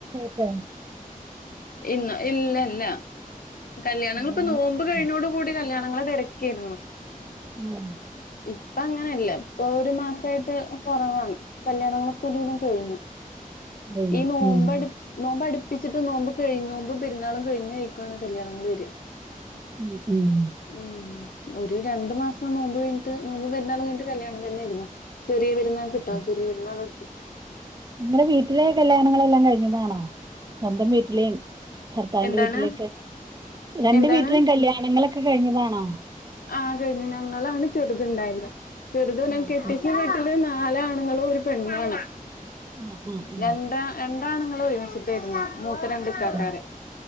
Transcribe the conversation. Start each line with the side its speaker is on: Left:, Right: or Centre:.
Right: <unintelligible>
Left: ഇന്ന് ഇല്ല ഇല്ല കല്യാണം
Right: കല്യാണങ്ങളൊന്നുല്ലേ
Left: നിങ്ങിപ്പോ നോമ്പ് കഴിഞ്ഞോട കൂടി കല്യാണം ഞങ്ങൾ തെരക്കിയിരുന്നു
Right: മൂമ്
Left: ഇപ്പ അങ്ങനെയല്ല ഇപ്പ ഒരു മാസായിട്ട് കുറവാണ് കല്യാണങ്ങളൊക്കെ ഒരിതം കഴിഞ്ഞു
Right: കഴിഞ്ഞു
Left: ഈ നോമ്പടു
Right: ഉം
Left: നോമ്പടു പ്പിച്ചിട്ട് നോമ്പ് <unintelligible> പെരുന്നാള കഴിഞ് കഴക്കുവാണ് കല്യാങ്ങൾ വരിക
Right: ഉം ഉം
Left: ഉം ഒരു രണ്ടു മാസം നോമ്പ് കഴിഞ്ഞിട്ട് നോമ്പ് പെരുന്നൾ കഴിട്ട് കല്യാണം തന്നെയായിയിരുന്നു ചെറിയ പെരുന്നാൾ കിട്ടാ
Right: ഉം
Left: ചെറിയ പെരുന്നാൾ അനു
Right: നിങ്ങളെ വീട്ടിലെ കല്യാണങ്ങളെല്ലാം കഴിഞ്ഞതാണോ സ്വന്തം വീട്ടിലെയും ഭർത്താവിന്റെ
Left: എന്താണ്
Right: വീട്ടിലേക്ക് രണ്ട്
Left: എന്താണ്
Right: വീട്ടിലെയും കല്യാണങ്ങളൊക്കെ കഴിഞ്ഞതാണോ
Left: ആ കഴിഞ്ഞു ഞങ്ങളാണ് ചെറുതുണ്ടായിരുന്നത് ചെറുത്
Right: ആഹ്
Left: കെട്ടിച്ച വീട്ടില്ല് നാലആണുങ്ങളും ഒരു പെണ്ണ് ആണ്
Right: ആഹ് ആഹ് ആഹ്
Left: രണ്ട് രാ ണ്ടാണ്ങ്ങൾ ഒരുവശത്തു വരുന്നേ മൂത്ത രണ്ട് ഇകക്കാരെ
Right: ആഹ്